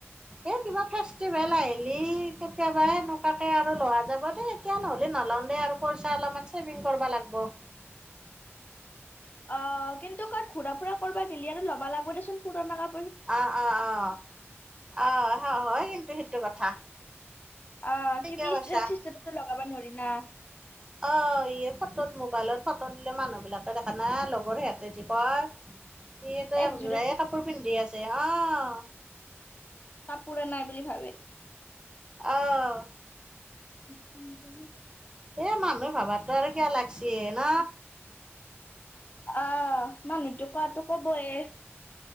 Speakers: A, on the right; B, on the left.
A: এই কিবা ফেষ্টিভেল আহিলি, কেতিয়াবা সেনেকুৱাকে আৰু লোৱা যাব দে এতিয়া নহ'লে নলওঁ দে আৰু, পইচা অলপমান ছেভিং কৰবা লাগ'ব। <unintelligible>
B: অহ কিন্তু কত ঘূৰা-ফুৰা কৰবা গিলি আৰু, লবা লাগ'ব দেচোন, পুৰণা কা-
A: অ অ অ, অহ হ, হয় কিন্তু সেই- টো কথা।
B: অহ
A: ঠিকে
B: <unintelligible>
A: কৈছা
B: লগাব নোৰ- বি ন। <unintelligible>
A: অহ ই, ফটোত মোবাইলত ফটো দিলে মানুহ বিলাকে দেখা নাই, লগৰ সিহঁতে যি কয়। ইহঁতে
B: একযোৰে
A: এযোৰায় কাপোৰ পিন্ধি আছে। অহ।
B: কাপোৰে নাই বুলি ভাবে।
A: অহ।
B: হোম <unintelligible>
A: এই মানুহে ভাবাতো আৰু কিয় লাগছি ন
B: অ <unintelligible> অহ, মানুহটো কোৱাটো কবয়ে।